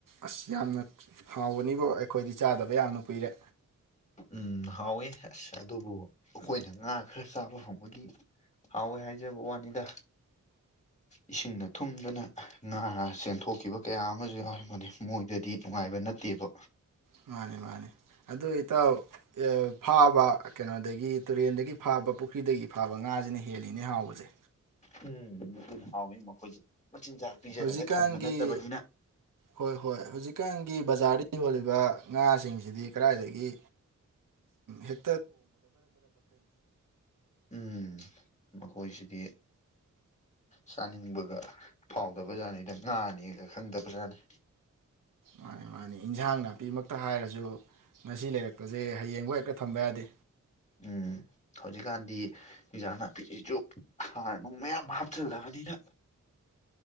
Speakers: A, on the right; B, on the left.
A: ꯑꯁ ꯌꯥꯝꯅ ꯍꯥꯎꯕꯅꯤꯕꯨ ꯑꯩꯈꯣꯏꯗꯤ ꯆꯥꯗꯕ ꯌꯥꯝꯅ ꯀꯨꯏꯔꯦ
B: ꯎ ꯍꯥꯎꯋꯦ ꯑꯁ ꯑꯗꯨꯕꯨ ꯑꯩꯈꯣꯏꯅ ꯉꯥ ꯈꯔ ꯆꯥꯕ ꯐꯪꯕꯒꯤ ꯍꯥꯎꯋꯦ ꯍꯥꯏꯖꯕ ꯋꯥꯅꯤꯗ ꯏꯁꯤꯡꯅ ꯊꯨꯝꯗꯅ ꯉꯥ ꯆꯦꯟꯊꯣꯛꯈꯤꯕ ꯀꯌꯥ ꯑꯃꯁꯨ ꯌꯥꯎꯔꯕꯅꯤ ꯃꯣꯏꯗꯗꯤ ꯅꯨꯡꯉꯥꯏꯕ ꯅꯠꯇꯦꯕ
A: ꯃꯥꯅꯤ ꯃꯥꯅꯤ ꯑꯗꯨ ꯏꯇꯥꯎ ꯐꯥꯕ ꯀꯩꯅꯣꯗꯒꯤ ꯇꯨꯔꯦꯟꯗ ꯒꯤ ꯐꯥꯕ ꯄꯨꯈ꯭ꯔꯤꯗꯒꯤ ꯐꯥꯕ ꯉꯥꯁꯤꯅ ꯍꯦꯜꯂꯤꯅꯦ ꯍꯥꯎꯕꯁꯦ
B: ꯎꯝ ꯍꯥꯎꯋꯤ ꯃꯈꯣꯏꯁꯦ ꯃꯆꯤꯟꯖꯥꯛ ꯄꯤꯖꯔꯒ
A: ꯍꯧꯖꯤꯛꯀꯥꯟꯒꯤ
B: ꯊꯝꯕ ꯅꯠꯇꯕꯅꯤꯅ
A: ꯍꯣꯏ ꯍꯣꯏ ꯍꯧꯖꯤꯛꯀꯥꯟꯒꯤ ꯕꯖꯥꯔꯗ ꯌꯣꯜꯂꯤꯕ ꯉꯥꯁꯤꯡꯁꯤꯗꯤ ꯀꯗꯥꯏꯗꯒꯤ ꯍꯦꯛ
B: ꯎꯝ ꯃꯥꯈꯣꯏꯁꯤ <unintelligible> ꯆꯥꯅꯤꯡꯕꯒ ꯐꯥꯎꯗꯕꯖꯥꯠꯅꯤꯗ ꯉꯥꯅꯤꯒ ꯈꯪꯗꯕꯖꯥꯠꯅꯤ
A: ꯃꯥꯅꯤ ꯃꯥꯅꯤ ꯏꯟꯁꯥꯡ ꯅꯥꯄꯤꯃꯛꯇ ꯍꯥꯏꯔꯁꯨ ꯉꯁꯤ ꯂꯩꯔꯛꯄꯁꯦ ꯍꯌꯦꯡ ꯍꯣꯏ ꯀ ꯊꯝꯕ ꯌꯥꯗꯦ
B: ꯎꯝ ꯍꯧꯖꯤꯛꯀꯥꯟꯗꯤ ꯍꯟꯖꯥꯡ ꯅꯥꯄꯤꯁꯤꯁꯨ ꯍꯥꯥꯔ ꯅꯨꯡ ꯃꯌꯥꯝ ꯍꯥꯞꯆꯤꯜꯂꯕꯅꯤꯅ